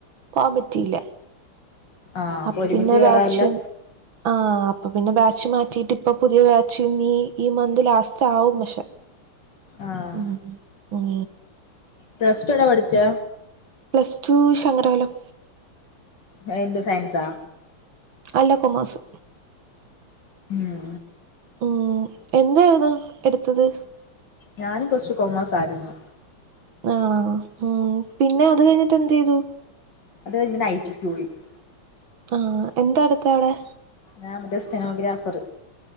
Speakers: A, on the right (about 65°); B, on the left (about 55°).
A: പോകാൻ പറ്റിയില്ല
B: ആഹ്
A: അപ്പൊ
B: ഒരുമിച്ച്
A: പിന്നെ
B: കേറാല്ലേ
A: ബാച്ച് ആഹ് ആഹ് അപ്പൊ പിന്നെ ബാച്ച് മാറ്റിട്ട് ഇപ്പ പുതിയ ബാച്ച് നീ ഈ മന്ത് ലാസ്റ്റ് ആവും പക്ഷെ
B: ആഹ്
A: ഉ ഉം
B: പ്ലസ് ടു എവിടെ പഠിച്ചു
A: പ്ലസ് ടു ശങ്കരവലം.
B: <unintelligible> സയൻസാ
A: അല്ല കോമസ്
B: ഉമ്
A: ഉമ് എന്തായിരുന്നു എടുത്തത്
B: ഞാനും പ്ലസ്ടു കോമേഴ്സ് ആയിരുന്നു
A: ആണാ ഉ പിന്നെ അത് കഴിഞ്ഞിട്ട് എന്ത് ചെയ്തു.
B: <unintelligible>
A: ആഹ് എന്താ അടുത്ത അവിടെ
B: ഞാൻ മറ്റേ സ്റ്റെനോഗ്രാഫർ